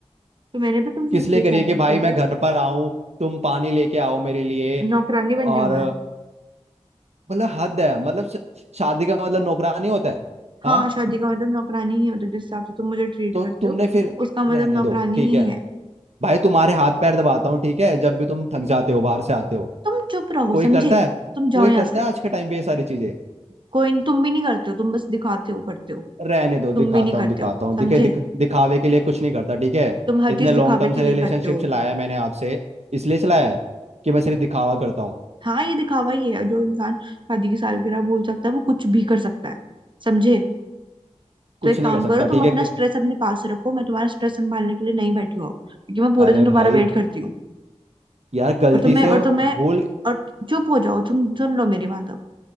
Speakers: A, on the right; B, on the right.
A: तो मैंने भी तुमसे
B: किस
A: इसलिए
B: लिए करी
A: शादी
B: है कि
A: नहीं
B: भाई
A: करी
B: मैं
A: है
B: घर पर आऊँ तुम पानी लेके आओ मेरे लिए
A: नौकरानी
B: और
A: बन जाऊं मैं
B: मतलब हद है मतलब श- शादी का मतलब नौकरानी होता है
A: हाँ
B: हाँ
A: शादी का मतलब नौकरानी ही होता है मतलब जिस हिसाब से तुम मुझे ट्रीट
B: तो
A: करते
B: तुमने
A: हो
B: फिर
A: उसका मतलब
B: रहने
A: नौकरानी
B: दो ठीक
A: ही
B: है
A: है
B: भाई तुम्हारे हाथ पैर दबाता हूँ ठीक है जब भी तुम थक जाते हो बाहर से आते हो
A: तुम चुप रहो
B: कोई
A: समझे
B: करता है
A: तुम जाओ
B: कोई
A: यहाँ
B: करता
A: से
B: है आज के टाइम पे ये सारी चीजें
A: कोई नहीं, तुम भी नहीं करते हो तुम बस दिखाते हो करते हो
B: रहने दो दिखाता
A: तुम भी नहीं करते
B: हूँ दिखाता
A: हो
B: हूँ
A: समझे
B: दिखे दिख, दिखावे के लिए कुछ नहीं करता ठीक है
A: तुम हर
B: इतने
A: चीज
B: लॉन्ग
A: दिखावे
B: टर्म
A: के
B: से
A: लिए
B: रिलेशनशिप
A: करते हो
B: चलाया है मैंने आपसे इसलिए चलाया है कि मैं सिर्फ दिखावा करता हूँ
A: हाँ ये दिखावा ही है जो इंसान शादी की सालगिरह भूल सकता है वो कुछ भी कर सकता है समझे
B: कुछ
A: तो एक
B: नहीं
A: काम
B: कर सकता
A: करो
B: ठीक
A: तुम अपना
B: है ग-
A: स्ट्रेस अपने पास रखो मैं तुम्हारा स्ट्रेस संभालने के लिए नहीं बैठी हूँ अब, क्योंकि मैं पूरे
B: अरे
A: दिन तुम्हारा
B: भाई
A: वेट
B: ग-
A: करती हूँ
B: यार गलती
A: और तुम्हें
B: से
A: और
B: वो
A: तुम्हें
B: भूल
A: और चुप हो जाओ तुम सुन लो मेरी बात अब